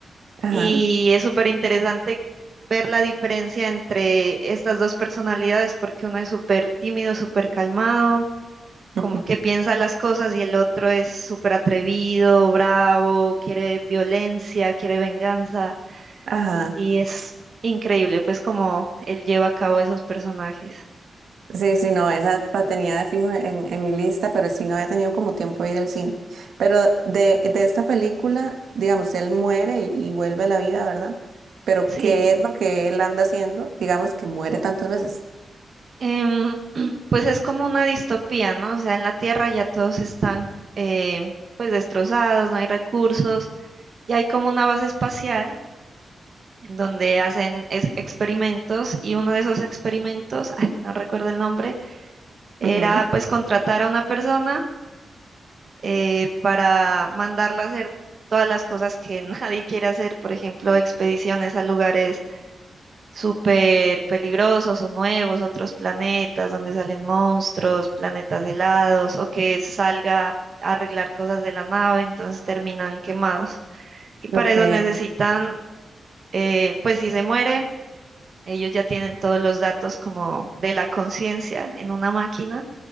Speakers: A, on the right (about 70°); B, on the right (about 45°).
A: ajá,
B: y es súper interesante ver la diferencia entre estas dos personalidades, porque uno es súper tímido, súper calmado, como
A: ujú,
B: que piensa las cosas, y el otro es súper atrevido, bravo, quiere violencia, quiere venganza.
A: ajá.
B: Y es increíble, pues, como él lleva a cabo esos personajes.
A: Sí, sí, no, esa la tenía de fijo en, en mi lista, pero sí no había tenido como tiempo de ir al cine. Pero de, de esta película, digamos, él muere y, y vuelve a la vida, ¿verdad? Pero
B: Sí,
A: ¿qué es lo que él anda haciendo? Digamos que muere tantas veces.
B: em, pues es como una distopía, ¿no? O sea, en la Tierra ya todos están, eh, pues, destrozados, no hay recursos, y hay como una base espacial en donde hacen es- experimentos y uno de esos experimentos, ay, no recuerdo el nombre, era
A: Ujú,
B: pues contratar a una persona eh, para mandarla a hacer todas las cosas que <laughs> nadie quiere hacer, por ejemplo, expediciones a lugares súper peligrosos o nuevos, otros planetas donde salen monstruos, planetas helados o que salga a arreglar cosas de la nave, entonces terminan quemados. Y
A: Lo
B: para
A: que...
B: eso necesitan, eh, pues si se muere, Ellos ya tienen todos los datos como de la conciencia en una máquina